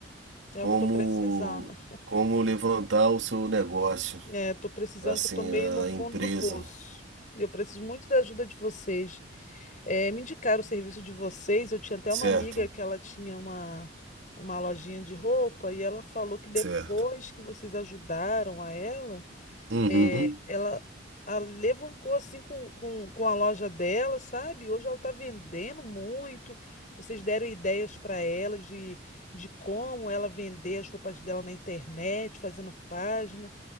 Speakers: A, on the left; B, on the right.
A: É
B: Como,
A: o que eu tô precisando.
B: como levantar o seu negócio,
A: É, tô precisando
B: assim,
A: que eu tô meio no fundo
B: a empresa,
A: do poço. E eu preciso muito da ajuda de vocês. É, me indicaram o serviço de vocês. Eu tinha até
B: certo?
A: uma amiga que ela tinha uma, uma lojinha de roupa e ela falou que depois
B: Certo.
A: que vocês ajudaram a ela
B: Uhum.
A: É, ela alavancou assim com, com, com a loja dela, sabe? Hoje ela está vendendo muito. Vocês deram ideias para ela de, de como ela vender as roupas dela na internet, fazendo página.